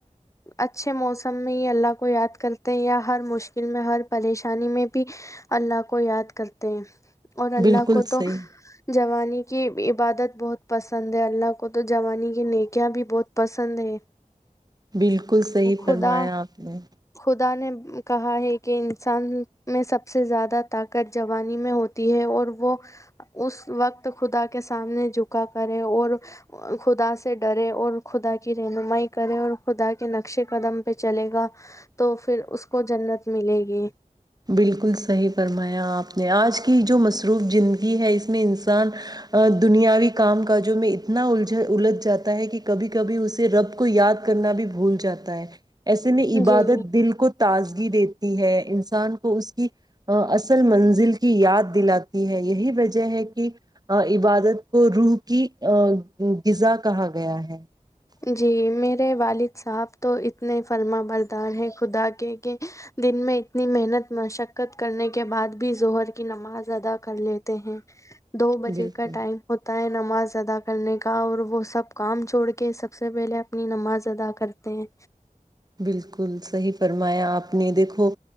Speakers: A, on the left; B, on the right.
A: اچھے موسم میں ہی اللہ کو یاد کرتے ہیں یا ہر مشکل میں ہر پریشانی میں بھی اللہ کو یاد کرتے ہیں اور اللہ
B: بالکل
A: کو تو
B: صحیح
A: جوانی کی عبادت بہت پسند ہے اللہ کو تو جوانی کے نیکیا بھی بہت پسند ہے
B: بالکل صحیح
A: خدا
B: فرمایا آپ نے
A: خدا نے کہا ہے کہ انسان میں سب سے زیادہ طاقت جوانی میں ہوتی ہے اور وہ اس وقت خدا کے سامنے جکا کرے اور خدا سے ڈرے اور خدا کی رہنمائی کرے اور خدا کے نقشے قدم پہ چلے گا تو پھر اس کو جنت ملے گی
B: بالکل صحیح فرمایا آپ نے آج کی جو مصروف زندگی ہے اس میں انسان دنیاوی کام کاجوں میں اتنا الجھ الج جاتا ہے کہ کبھی کبھی اسے رب کو یاد کرنا بھی بھول جاتا ہے ایسے نے عبادت
A: جی
B: دل کو تازگی دیتی ہے ان انسان کو اس کی اصل منزل کی یاد دلاتی ہے یہی وجہ ہے کہ عبادت کو روح کی ا غذا کہا گیا ہے ہ <unintelligible>
A: جی میرے والد صاحب تو اتنے فرما بردار ہیں خدا کے کہ دن میں اتنی محنت مشقت کرنے کے بعد بھی ظہر کی نماز ادا کر لیتے ہیں دو بجے
B: بالکل
A: کا ٹائم ہوتا ہے نماز ادا کرنے کا اور وہ سب کام چھوڑ کے کہ سب سے پہلے اپنی نماز ادا کرتے ہیں
B: بالکل صحیح فرمایا آپ اپنی دیکھو